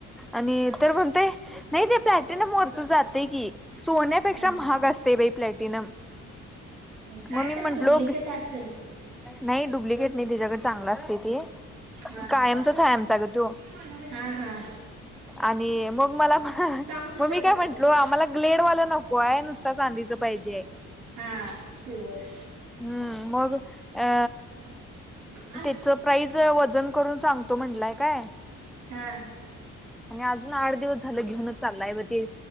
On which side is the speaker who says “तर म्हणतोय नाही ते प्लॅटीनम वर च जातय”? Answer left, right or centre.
Centre